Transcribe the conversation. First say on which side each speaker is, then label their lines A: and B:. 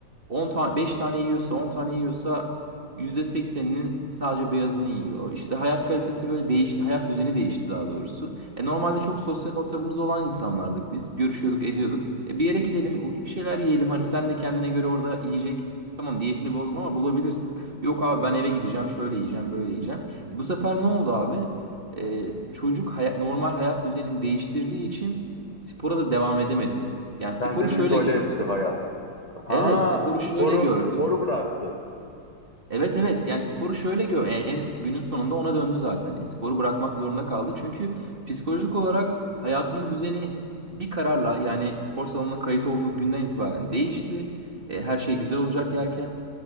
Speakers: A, on the right; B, on the left.
A: 10 tane 5 tane yiyorsa 10 tane yiyorsa %80'inin sadece beyazını yiyor. İşte hayat kalitesi böyle değişti. Hayat düzeni değişti daha doğrusu. E normalde çok sosyal ortamımız olan insanlardık biz. Görüşüyorduk, ediyorduk. E bir yere gidelim, bir şeyler yiyelim. Hani sen de kendine göre orada yiyecek. Tamam diyetini bozma ama bulabilirsin. Yok abi ben eve gideceğim, şöyle yiyeceğim, böyle yiyeceğim. E bu sefer ne oldu abi? E, çocuk hayat, normal hayat düzenini değiştirdiği için spora da devam edemedi. Yani sporu
B: Kendini
A: şöyle
B: izole
A: gördü.
B: etti hayatta. Ha,
A: Evet, sporu
B: sporu
A: şöyle gördü.
B: sporu bıraktı.
A: Evet evet yani sporu şöyle gör en, en- günün sonunda ona döndü zaten. E, sporu bırakmak zorunda kaldı. Çünkü psikolojik olarak hayatının düzeni bir kararla yani spor salonuna kayıt olduğu günden itibaren değişti. E, her şey güzel olacak derken.